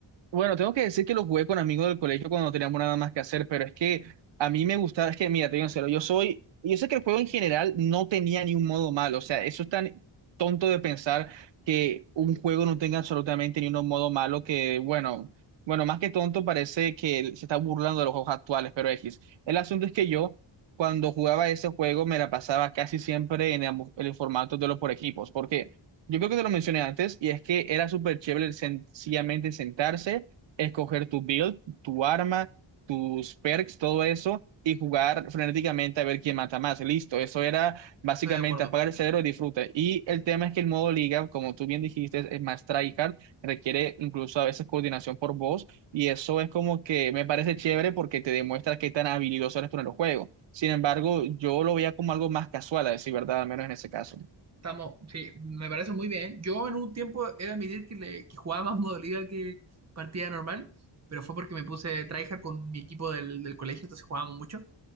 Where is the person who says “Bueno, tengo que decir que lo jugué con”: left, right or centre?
Right